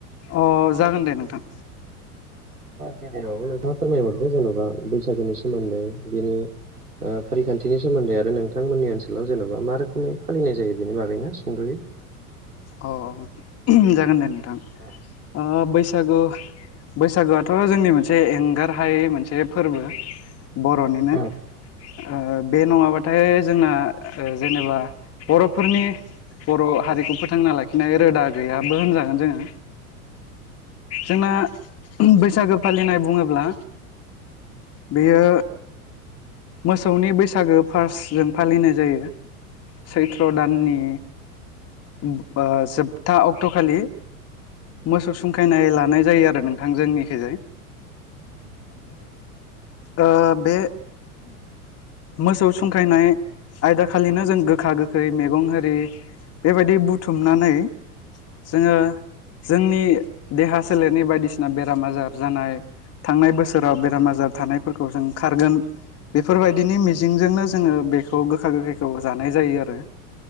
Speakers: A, on the left; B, on the right.
A: अ जागोन दे नोंथां।
B: गिबिनाव नोंथाङा फोरमायहरदो जेन'बा बैसागोनि सोमोनदै बिनि ओ फारिखानथिनि सोमोनदै आरो नोंथांमोननि ओनसोलाव जेन'बा मा रोखोमै फालिनाय जायो बेनि बागैना सुंद'यै <inaudible>
A: अ जागोन दे नोंथां
B: औ
A: ओ बैसागु बैसागुआथ' जोंनि मोनसे एंगारहायै मोनसे फोरबो बर'निनो
B: औ नंगौ औ
A: ओ बे नङाबाथाय जोंना जेनेबा बर'फोरनि बर' हारिखौ फो थांना लाखिनाय रोदा गैयाबो होनजागोन जोङो जोंना बैसागो फालिनाय बुङोब्ला बेयो मोसौनि बैसागो फार्स्ट जों फालिनाय जायो
B: उम
A: सैथ्र' दाननि ओ जोबथा अक्ट' खालि
B: उम
A: मोसौ सुंखायनाय ला नाय जायो आरो नोंथां जोंनिखिजाय
B: <inaudible>
A: ओ बे मोसौ संखायनाय आयदा खालिनो जों गोखा गोखै मैगं आरि बेबायदि दै बुथुमनानै जोङो जोंनि देहा सोलेरनि बायदिसिना बेराम आजार जानाय थांनाय बोसोराव बेराम आजार थानायफोरखौ जों खारगोन बेफोरबायदिनि
B: उम औ
A: मिजिंजोंनो जोङो बेखौ गोखा गोखैखौ जानाय जायो आरो